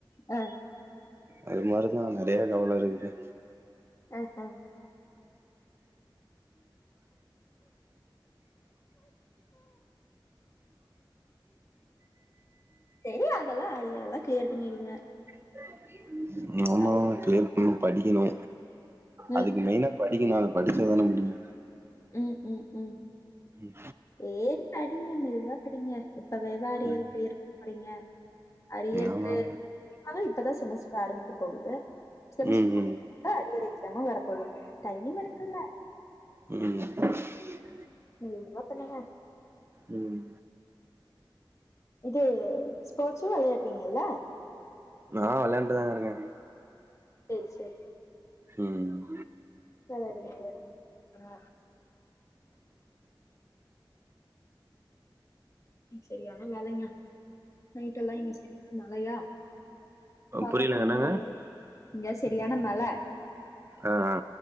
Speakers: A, on the left; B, on the right.
A: அ
B: அது மாரி தா நெறய கவல இருக்குது
A: அ ஹ செரி அதெல்லா அரியர் எல்லா க்ளீயர் பண்ணிருங்க
B: <inaudible>
A: <unintelligible>
B: ஆ க்ளியர் பண்ணு படிக்கணு
A: ம்
B: அதுக்கு மெய்னா படிக்கணு அத படிச்ச தான முடியு
A: ம் ம் ம்
B: ம்
A: செரி படிங்க மெதுவா படிங்க இப்பவேவா அரியர
B: ம்
A: க்க இருக்க படிங்க அரியருக்கு
B: ஆமாங்க
A: அதா இப்பதா செமஸ்டர் ஆரம்பிக்கப் போகுத செமஸ்டர்
B: ம் ம்
A: <inaudible> அரியர் எக்ஸாமு வரப்போகுது டைம் இருக்குல்ல
B: ம்
A: <unintelligible> பண்ணுங்க
B: ம்
A: இது ஸ்போர்ட்ஸூ வெளையாடுறீங்கல்ல
B: ஆ வெளாண்ட்டு தாங்க இருக்கே
A: செரி செரி
B: ம்
A: விளாடுங்க விளாடுங்க ஓகேவா சரியான வேலைங்க நைட் எல்லா இங்க சரியான மழையா பாப்பா
B: புரியலங்க
A: துங்கவே
B: என்னங்க
A: இல்ல இங்க சரியான மழ
B: அ ஆ